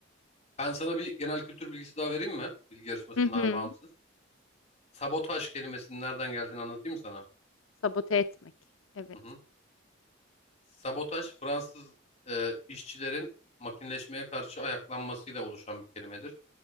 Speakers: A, on the left; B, on the left.
A: Ben sana bir genel kültür bilgisi daha vereyim mi? Bilgi yarışmasından
B: Hı hı.
A: bağımsız. Sabotaj kelimesinin nereden geldiğini anlatayım mı sana?
B: Sabote etmek. Evet.
A: Hı hı. Sabotaj Fransız e, işçilerin makineleşmeye karşı ayaklanmasıyla oluşan bir kelimedir.